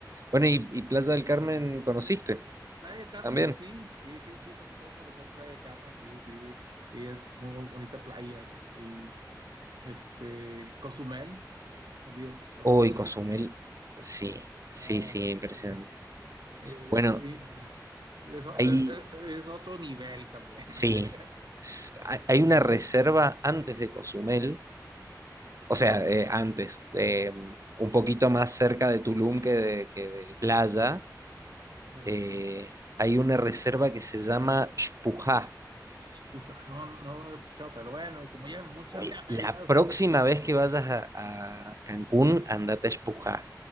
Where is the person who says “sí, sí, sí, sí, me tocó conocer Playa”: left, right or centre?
Right